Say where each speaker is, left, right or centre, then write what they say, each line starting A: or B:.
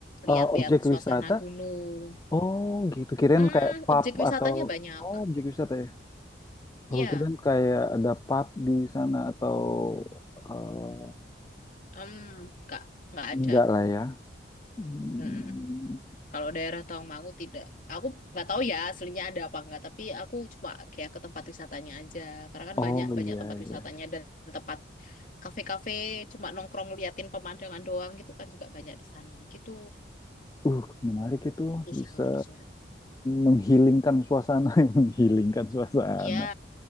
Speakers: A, on the left; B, on the left.
A: lihat-lihat
B: eh, objek
A: suasana
B: wisata
A: gunung.
B: oh gitu kirain
A: Hmm,
B: kayak pub
A: objek wisatanya
B: atau
A: banyak.
B: oh objek wisata ya
A: Ya,
B: oh kirain kayak ada pub di sana atau eh,
A: hmm, nggak nggak ada.
B: enggak lah ya Hmm.
A: Mm-mm. Kalau daerah Tawangmangu tidak. Aku nggak tahu ya aslinya ada apa enggak, tapi aku cuma kayak ke tempat wisatanya aja. Karena kan
B: Oh
A: banyak
B: iya
A: banyak tempat wisatanya
B: iya.
A: dan tempat kafe-kafe cuma nongkrong liatin pemandangan doang gitu kan juga banyak di sana. Gitu
B: Uh, menarik itu
A: tuh
B: bisa
A: sih kalau di Solo.
B: menghilingkan suasana, <laughs> menghilingkan suasana.
A: Iya,